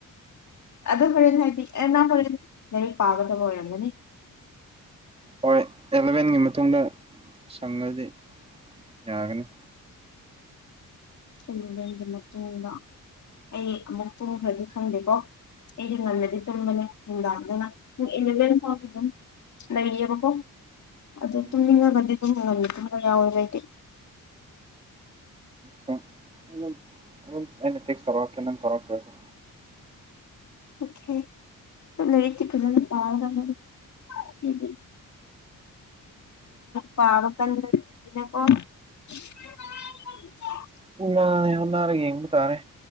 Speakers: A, on the left (about 55°); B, on the right (about 15°).
A: ꯑꯗꯣ ꯍꯣꯔꯦꯟ ꯍꯥꯏꯕꯤ ꯑꯩ ꯅꯪ ꯍꯣꯔꯦꯟ ꯂꯥꯏꯔꯤꯛ ꯄꯥꯒꯗꯕ ꯑꯣꯏꯔꯝꯒꯅꯤ꯫
B: ꯍꯣꯏ ꯑꯦꯂꯚꯦꯟꯒꯤ ꯃꯇꯨꯡꯗ ꯁꯪꯑꯗꯤ ꯌꯥꯒꯅꯤ꯫
A: ꯑꯦꯂꯨꯚꯦꯟꯒꯤ ꯃꯇꯨꯡꯗ ꯑꯩ ꯑꯃꯨꯛ ꯇꯨꯝꯈ꯭ꯔꯗꯤ ꯈꯪꯗꯦꯀꯣ ꯑꯩꯗꯤ ꯉꯟꯅꯗꯤ ꯇꯨꯝꯕꯅꯦ ꯅꯨꯡꯗꯥꯡꯗꯅ ꯄꯨꯡ ꯑꯦꯂꯚꯦꯟ ꯐꯥꯎꯗꯤ ꯑꯗꯨꯝ ꯂꯩꯔꯤꯑꯦꯕꯀꯣ꯫ ꯑꯗꯨ
B: ꯎꯝ
A: ꯇꯨꯝꯅꯤꯡꯑꯒꯗꯤ ꯗꯨꯡ ꯉꯟꯅ ꯑꯃ ꯌꯥꯎꯋꯦꯕ ꯑꯩꯗꯤ꯫
B: ꯁꯨ ꯑꯗꯨꯝ ꯑꯗꯨꯝ ꯑꯩꯅ ꯇꯦꯛꯁ ꯇꯧꯔꯀꯦ ꯅꯪ ꯇꯧꯔꯛꯇ꯭ꯔꯁꯨ꯫
A: ꯑꯣꯀꯦ ꯂꯥꯏꯔꯤꯛꯇꯤ ꯐꯖꯅ ꯄꯥꯒꯗꯕꯅꯦ꯫ ꯂꯥꯏꯔꯤꯛ ꯄꯥꯔꯣ꯫ <unintelligible>
B: <unintelligible> ꯅꯥꯔ ꯌꯦꯡꯕ ꯇꯥꯔꯦ